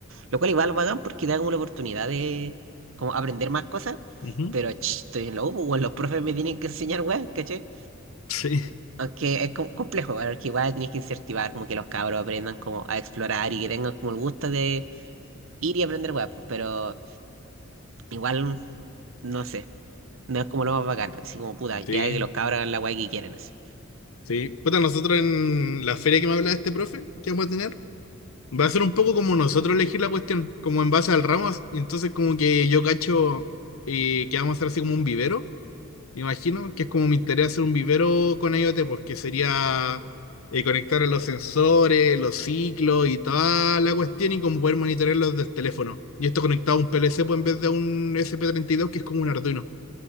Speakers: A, on the right (about 65°); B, on the left (about 80°).
A: lo cual igual bacán porque da como la oportunidad de como aprender más cosas,
B: Ujú.
A: pero ch, estoy en la U, pues, weón, los profes me tienen que enseñar, weón, ¿cachai?
B: Sí,
A: Aunque es como complejo, weón, porque igual tienes que incentivar como que los cabros aprendan como a explorar y que tengan como el gusto de ir y aprender, weón, pues, pero igual, no sé, no es como lo más bacán, así como puta, ya
B: sí,
A: que los cabros hagan la weá que quieren, así.
B: sí. Puta, nosotros en la feria que me hablaba este profe, que vamos a tener? Va a ser un poco como nosotros elegir la cuestión, como en base al Ramos. Entonces, como que yo cacho eh, que vamos a hacer así como un vivero, me imagino, que es como mi interés hacer un vivero con IoT, pues que sería eh, conectar los sensores, los ciclos y toda la cuestión y como poder monitorearlos del teléfono. Y esto conectado a un PLC pues, en vez de a un sp dos que es como un Arduino.